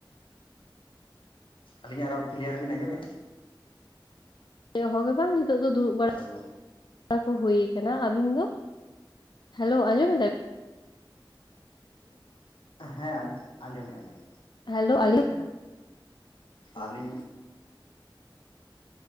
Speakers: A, on the left; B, on the left.
A: ᱟᱹᱞᱤᱧᱟᱜ ᱨᱚᱲ ᱠᱞᱤᱭᱟᱨ ᱵᱤᱱ ᱟᱸᱡᱚᱢᱮᱫ-ᱟ
B: ᱦᱮ ᱵᱟᱝ ᱱᱤᱛᱚᱜ ᱫᱚ ᱫᱩᱲᱩᱵ ᱵᱟᱲᱟ
A: ᱦᱮᱞᱳ
B: ᱵᱟᱲᱟ ᱠᱚ ᱦᱩᱭ ᱠᱟᱱᱟ ᱟᱵᱤᱱ ᱫᱚ ᱦᱮᱞᱳ ᱟᱸᱡᱚᱢ ᱮᱫᱟ
A: ᱦᱮᱸ ᱟᱸᱡᱚᱢᱮᱫᱼᱟ ᱞᱤᱧ
B: ᱦᱮᱞᱳ ᱟᱹᱞᱤᱧ ᱠᱟᱱᱟ ᱦᱮᱸ
A: ᱟᱹᱞᱤᱧ